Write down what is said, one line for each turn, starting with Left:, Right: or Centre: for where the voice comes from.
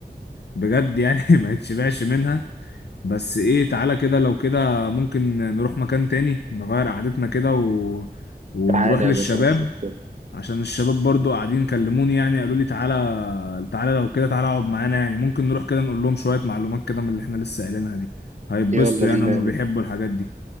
Left: بجد يعني <laughs> ما يتشبعش منها بس ايه تعالى كده لو كده ممكن نروح مكان تاني نغير قعدتنا كده و... ونروح
Right: تعالى
Left: للشباب
Right: يا باشا مش مشكلة
Left: عشان الشباب برضو قاعدين كلموني يعني قالوا لي تعالى تعالى لو كده تعالى اقعد معانا يعني ممكن نروح كده نقول لهم شوية معلومات كده من اللي احنا لسه قايلينها دي هيتبسطوا
Right: يلا بينا
Left: يعني هم
Right: يا باشا
Left: بيحبوا الحاجات دي